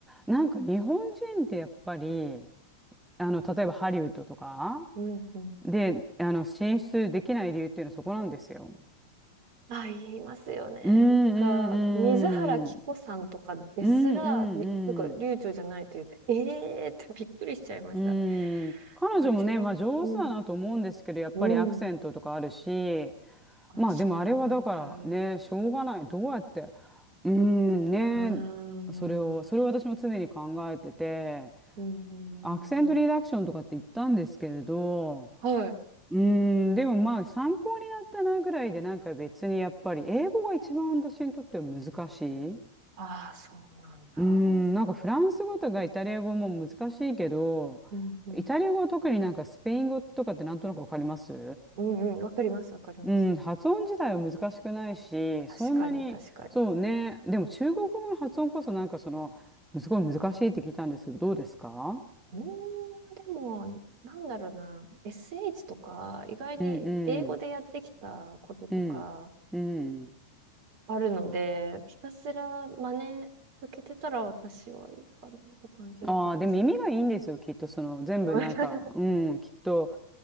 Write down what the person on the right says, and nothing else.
うん、うん。
まあ、言いますよね。
なんか、水原希子さんとかですら、
になんか、流暢じゃないって言って、ええーってびっくりしちゃいました。
これ違うのうん。
うん。あ、
そうなんだ。
うーん。
うん、うん、
うん。うんはい。
ああ、そうなんだ。
うん、うん。
うん、うん。わかります、わかります。
確かに、
確かに。
うーん、でも、なんだろうな。SH とか、意外に英語でやってきたこととか、
あるので、ひたすら真似続けてたら私はいいかなって感じだったんですけど。
<laughs>